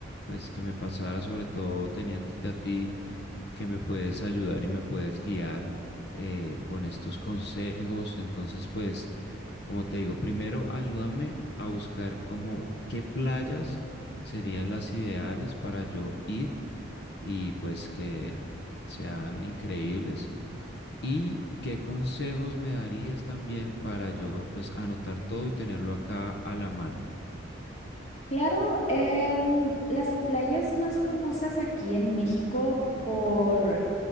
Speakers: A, on the left; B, on the left.
A: pues que me pasara, sobre todo teniéndote a ti que me puedes ayudar y me puedes guiar eh, con estos consejos. Entonces, pues, como te digo, primero ayúdame a buscar como qué playas serían las ideales para yo ir y pues que sean increíbles. Y qué consejos me darías también para yo pues anotar todo y tenerlo acá a la mano.
B: Claro, em, las playas más famosas aquí en México por